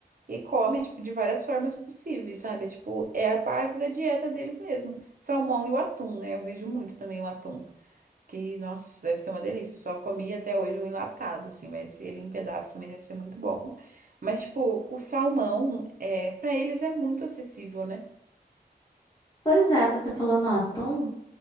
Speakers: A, on the right; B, on the left.
A: E come, tipo, de várias formas possíveis, sabe? É, tipo, é a base da dieta deles mesmo. Salmão e o atum, né? Eu vejo muito também o atum. Que, nossa, deve ser uma delícia. Eu só comi até hoje o enlatado, assim, mas ele em pedaço também deve ser muito bom. Mas, tipo, o salmão, é, para eles é muito acessível, né?
B: Pois é, você falou no atum.